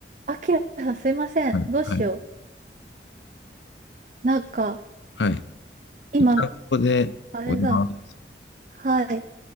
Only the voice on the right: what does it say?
あきらさんすいません。
どうしよ
う。なんか、
今、
あれだ。はい。